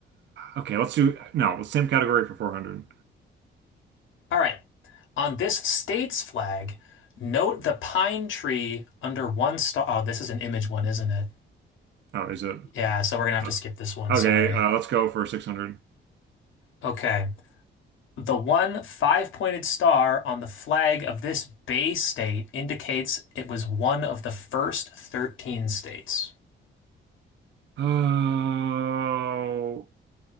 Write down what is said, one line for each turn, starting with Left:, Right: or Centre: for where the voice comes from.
Right: Okay, let's do no, same category for 400.
Left: All right. On this state's flag, note the pine tree under one star. Oh, this is an image one, isn't it?
Right: Oh, is it?
Left: Yeah, so we're gonna have
Right: O-
Left: to skip this one,
Right: Okay,
Left: sorry.
Right: uh, let's go for 600.
Left: Okay. The one five-pointed star on the flag of this Bay state indicates it was one of the first 13 states.
Right: Oh, oh